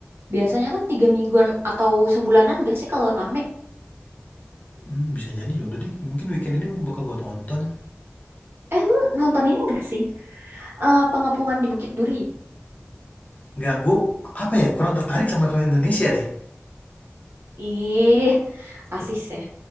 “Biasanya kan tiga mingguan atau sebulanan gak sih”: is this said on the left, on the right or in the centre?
Right